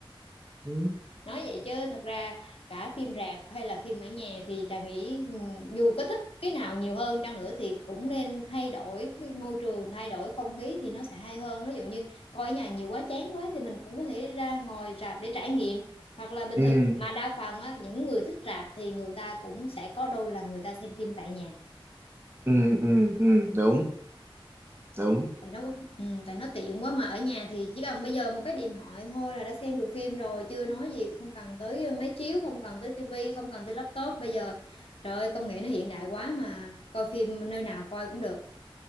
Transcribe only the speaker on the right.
ừ,
ừ,
ừ, ừ, ừ, đúng đúng